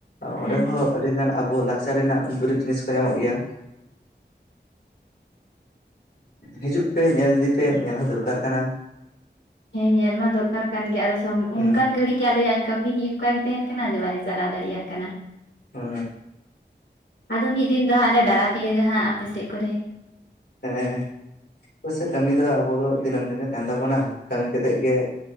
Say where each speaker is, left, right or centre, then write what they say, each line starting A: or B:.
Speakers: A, on the left; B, on the left.
A: ᱚᱸᱰᱮ
B: ᱦᱮᱸ
A: ᱦᱚᱸ ᱟᱹᱰᱤ ᱜᱟᱱ ᱟᱵᱚ ᱞᱟᱠᱪᱟᱨ ᱨᱮᱱᱟᱜ ᱫᱩᱨᱤᱵᱽ ᱡᱤᱱᱤᱥ ᱠᱚ ᱧᱟᱢᱚᱜ ᱜᱮᱭᱟ ᱦᱤᱡᱩᱜ ᱯᱮ ᱧᱮᱞ ᱤᱫᱤ ᱯᱮ ᱧᱮᱞ ᱦᱚᱸ ᱫᱚᱨᱠᱟᱨ ᱠᱟᱱᱟ
B: ᱦᱮᱸ ᱧᱮᱞ ᱢᱟ ᱫᱚᱨᱠᱟᱨ ᱠᱟᱱ ᱜᱮᱭᱟ ᱟᱫᱚ
A: ᱦᱩᱸ
B: ᱚᱱᱠᱟᱱ ᱜᱷᱟᱲᱤ ᱜᱮ ᱟᱞᱮᱭᱟᱜ ᱠᱟᱹᱢᱤ ᱜᱮ ᱚᱱᱠᱟ ᱜᱮ ᱛᱟᱦᱮᱸᱱ ᱠᱟᱱᱟ ᱪᱟᱞᱟᱣ ᱫᱟᱲᱮᱭᱟᱜ ᱠᱟᱱᱟ
A: ᱦᱚ
B: ᱟᱫᱚ ᱢᱤᱫ ᱫᱤᱱ ᱫᱚ ᱦᱟᱸᱜ ᱞᱮ ᱫᱟᱲᱟ ᱛᱤᱭᱳᱜᱟ ᱦᱟᱸᱜ ᱟᱯᱮ ᱥᱮᱫ ᱠᱚᱨᱮ
A: ᱦᱮᱸ ᱚᱵᱚᱥᱥᱚ ᱠᱟᱹᱢᱤ ᱫᱚ ᱟᱵᱚ ᱫᱚ ᱫᱤᱱᱟᱹᱢ ᱫᱤᱱ ᱜᱮ ᱛᱟᱦᱮᱸᱱ ᱛᱟᱵᱚᱱᱟ ᱠᱟᱹᱢᱤ ᱠᱟᱛᱮᱫ ᱜᱮ